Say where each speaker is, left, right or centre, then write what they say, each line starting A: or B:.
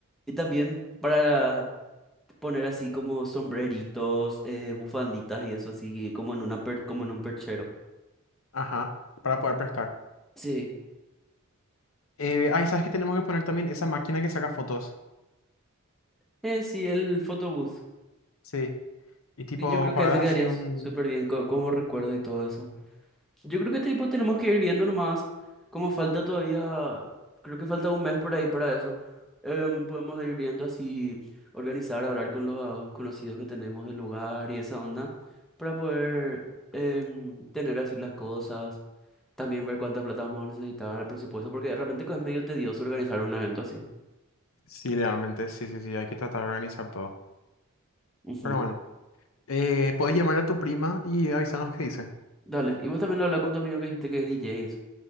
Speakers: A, in the centre; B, on the left (about 70°).
A: Y también para poner así como sombreritos, eh, bufanditas y eso así, como en una per- como en un perchero.
B: Ajá, para poder prestar.
A: Sí,
B: Eh, ay, ¿sabes qué tenemos que poner también? Esa máquina que saca fotos.
A: eh, sí, el photobooth.
B: Sí. Y tipo,
A: Sí, yo creo que
B: pagas
A: ese quedaría
B: así un...
A: s- súper bien co- como recuerdo y todo eso. Yo creo que tipo tenemos que ir viendo nomás, como falta todavía, creo que falta un mes por ahí para eso. Em, podemos ir viendo así, organizar, hablar con los conocidos que tenemos del lugar y esa onda, para poder em, tener así las cosas, también ver cuánta plata vamos a necesitar, el presupuesto, porque realmente es medio tedioso organizar un evento así.
B: Sí, realmente, sí, sí, sí, hay que tratar de organizar todo.
A: Ujú.
B: Pero bueno, eh, puedes llamar a tu prima y avisarnos qué dice.
A: Dale, y vos también habla con tu amigo que dijiste que es DJ. y